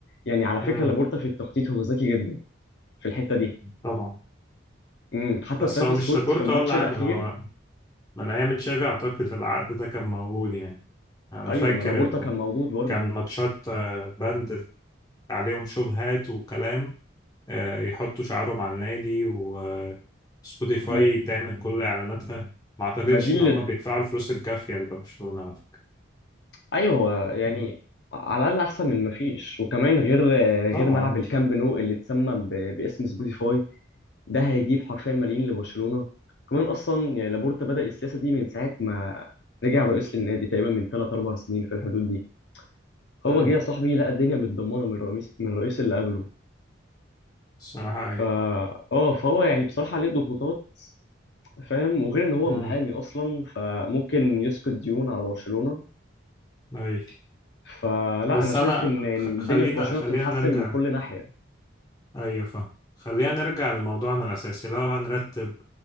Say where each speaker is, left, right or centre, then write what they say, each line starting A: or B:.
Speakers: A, on the left (about 60°); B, on the left (about 20°).
A: يعني على
B: مم.
A: فكرة لابورتا في التخطيط هو ذكي جدا في الحتة دي
B: طبعا
A: امم حتى
B: بس
A: ترافيس
B: هو مش
A: سكوت
B: لابورتا
A: في الماتش
B: ولا
A: الأخير
B: عامل هو من أيام تشافي أعتقد العقد ده كان موجود يعني أنا
A: أيوة
B: فاكر
A: ما لابورتا
B: إن
A: كان موجود برضه
B: كان ماتشات آه، بند عليهم شبهات وكلام آه، يحطوا شعارهم على النادي وسبوتيفاي
A: ما,
B: تعمل كل إعلاناتها ما أعتقدش
A: ما دي اللي...
B: إن هم بيدفعوا الفلوس الكافية لبرشلونة على فكرة
A: أيوة هو يعني
B: مم.
A: على الأقل أحسن من ما فيش وكمان غير
B: طبعا
A: غير ملعب الكامب نو اللي اتسمى ب... باسم سبوتيفاي ده هيجيب حرفيا ملايين لبرشلونه كمان اصلا يعني لابورتا بدا السياسه دي من ساعه ما رجع رئيس للنادي تقريبا من 3 4 سنين في الحدود دي هو
B: مم.
A: جه يا صاحبي لقى الدنيا متدمره من الرئيس من الرئيس اللي قبله
B: الصراحة أي
A: فا اه فهو يعني بصراحه عليه ضغوطات فاهم وغير ان هو
B: مم.
A: محامي اصلا فممكن يسقط ديون على برشلونه
B: أي
A: فلا
B: بس
A: انا شايف
B: أنا
A: ان إن
B: خ-
A: الدنيا
B: خلينا
A: في برشلونه
B: خلينا
A: بتتحسن
B: نرجع
A: من كل ناحيه
B: ايوه فاهم خلينا نرجع لموضوعنا الاساسي لو هنرتب